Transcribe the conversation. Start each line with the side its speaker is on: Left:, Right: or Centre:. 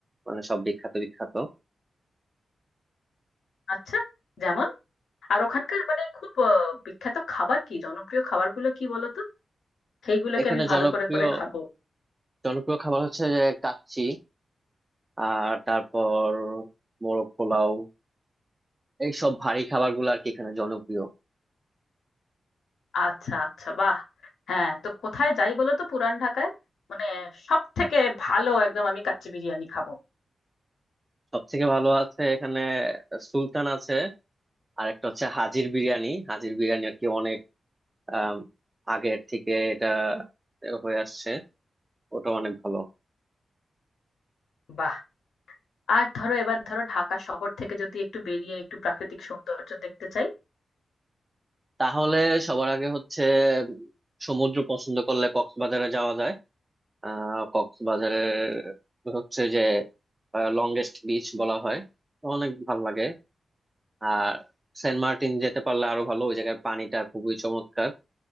Right: মানে সব বিখ্যাত বিখ্যাত
Left: আচ্ছা যেমন আর ওখানকার মানে খুব আহ, বিখ্যাত খাবার কি জনপ্রিয় খাবারগুলো কি বলো তো সেইগুলোকে
Right: এখানে
Left: আমি ভালো
Right: জনপ্রিয়
Left: করে করে খাবো
Right: জনপ্রিয় খাবার হচ্ছে যে কাচ্চি আর তারপর মোরগ পোলাও এই সব ভারী খাবার গুলো আর কি এখানে জনপ্রিয়
Left: আচ্ছা আচ্ছা বাহ হ্যাঁ তো কোথায় যাই বলো তো পুরান ঢাকায় মানে সব থেকে ভালো একদম আমি কাচ্চি বিরিয়ানি খাবো
Right: সব থেকে ভালো আছে এখানে সুলতান আছে আর একটা হচ্ছে হাজির বিরিয়ানি হাজির বিরিয়ানি আর কি অনেক আম, আগের থেকে এটা হয়ে আসছে ওটা অনেক ভালো
Left: বাহ আর ধরো এবার ধরো ঢাকা শহর থেকে যদি একটু বেরিয়ে একটু প্রাকৃতিক সৌন্দর্য দেখতে চাই
Right: তাহলে সবার আগে হচ্ছে উম, সমুদ্র পছন্দ করলে কক্সবাজারে যাওয়া যায় আহ কক্সবাজারের হচ্ছে যে লংগেস্ট বিচ বলা হয় তো অনেক ভালো লাগে আর সেন্ট মার্টিন যেতে পারলে আরো ভালো ওই জায়গার পানিটা খুবই চমৎকার